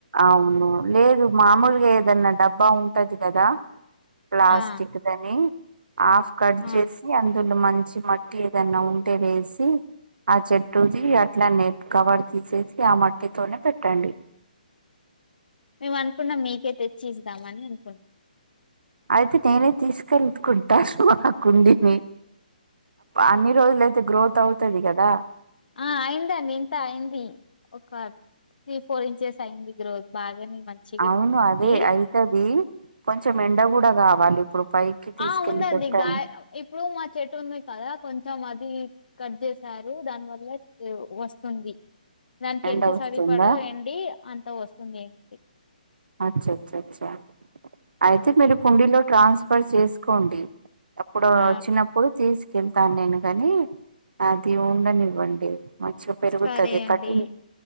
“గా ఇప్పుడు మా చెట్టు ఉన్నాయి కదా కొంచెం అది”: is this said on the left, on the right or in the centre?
Left